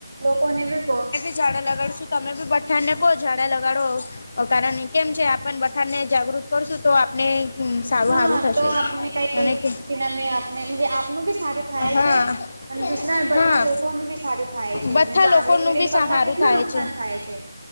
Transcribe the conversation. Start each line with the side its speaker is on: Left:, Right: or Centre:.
Right: લોકોને બી કહો
Left: ખાડા લગાડશું તમે બી બઠા ને કહો ઝડા લગાડો કારણ કેમ છે આપણ બથાણ ને જાગૃત કરશું તો આપણે સારું
Right: હા
Left: સારું થશે
Right: તો આપને
Left: અને કે
Right: કઈનામે આપને આપનું બી સારું થાય
Left: હા
Right: છે અને બિસરા બધા
Left: હા
Right: લોકોનું બી સારું થાય છે
Left: બધા
Right: ને તો
Left: લોકોનું
Right: આગળ પીડીને
Left: બી સારું
Right: કરતા કેટલું
Left: થાય
Right: નુકસાન
Left: છે
Right: થાય છે